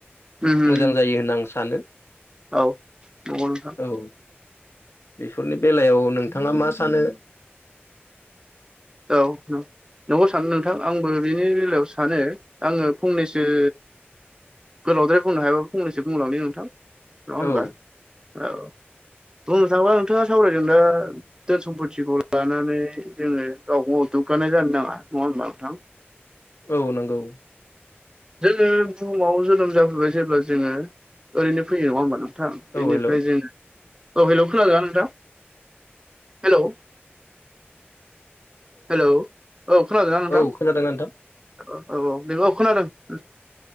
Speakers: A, on the right (about 20°); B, on the left (about 85°).
A: उम
B: मोजां जायो होनना आं सानो।
A: औ नंगौ नोंथां।
B: औ बेफोरनि बेलायाव नोंथाङा मा सानो?
A: औ नं नोंगौ सानो नोंथां आंबो बिनि बेलायाव सानो आङो फंनैसो गोलावद्राय बुंनो हायाबो फंनैसो बुंलांनि नोंथां नङा होमबा।
B: औ
A: औ बुंनो थाङोबा नोंथाङा सावरायदों दा धोन सम्पथिखौ लानानै जोङो गावखौ दुग्गानाय जानो नाङा नङा होमबब्ला नोंथां?
B: औ नंगौ।
A: जोङो बुहुमाव जोनोम जाबोबाय जेब्ला जोङो ओरैनो फैयो नङा होमबा नों थां
B: औ
A: बेनिफ्राय
B: हेलौ
A: जों औ हेलौ खोनादोना नोंथां? हेलौ हेलौ औ खोनादोना नोंथां?
B: औ खोनादों नोंथां
A: औ औ औ बेखौ खोनादों उम